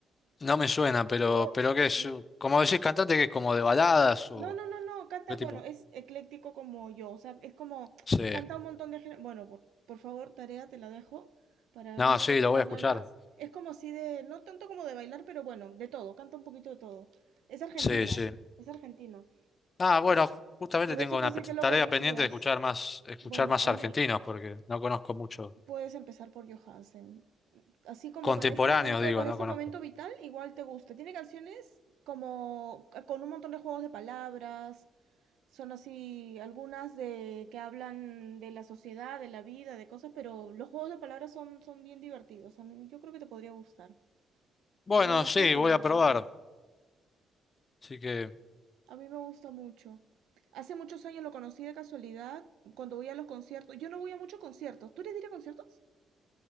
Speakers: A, on the left (about 35°); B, on the right (about 80°).
A: No me suena, pero,
B: ¡Ah!
A: pero
B: Por
A: que es,
B: favor.
A: uh, como decís, cantante que es como de baladas o
B: No, no, no, no, canta,
A: qué tipo.
B: bueno, es ecléctico como yo, o sea, es como
A: Sí.
B: canta un montón de géneros. Bueno, por, por favor, tarea te la dejo para
A: No,
B: un día
A: sí,
B: que tengas
A: lo voy a escuchar.
B: ganas. Es como así de, no tanto como de bailar, pero bueno, de todo, canta un poquito de todo. Es argentino,
A: Sí, sí.
B: es argentino.
A: Ah, bueno, justamente
B: Por
A: tengo
B: eso
A: una
B: pensé
A: pe-
B: que lo
A: tarea
B: conocías.
A: pendiente de escuchar más, escuchar
B: Bueno,
A: más
B: a
A: argentinos,
B: mí
A: porque no conozco mucho.
B: puedes empezar por Johansen. Así como
A: Contemporáneos,
B: para este momento,
A: digo,
B: para
A: no
B: este
A: conozco.
B: momento vital, igual te gusta. Tiene canciones como con un montón de juegos de palabras son así algunas de que hablan de la sociedad, de la vida, de cosas, pero los juegos de palabras son, son bien divertidos. A mí- yo creo que te podría gustar.
A: Bueno,
B: Te lo dejo
A: sí,
B: de tarea,
A: voy a probar.
B: Tomás.
A: Así que
B: A mí me gusta mucho. Hace muchos años lo conocí de casualidad cuando voy a los conciertos. Yo no voy a muchos conciertos. ¿Tú eres de ir a conciertos?